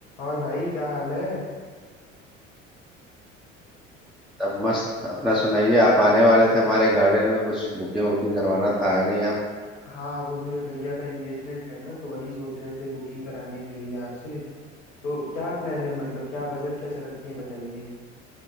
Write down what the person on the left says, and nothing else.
और भाई क्या हाल है
हाँ वो मेरे भैया का एंगेजमेंट है ना तो वही सोच रहे थे बुकिंग कराने के लिए आपसे तो क्या प्लान है मतलब क्या बजट क्या रखी है बताइए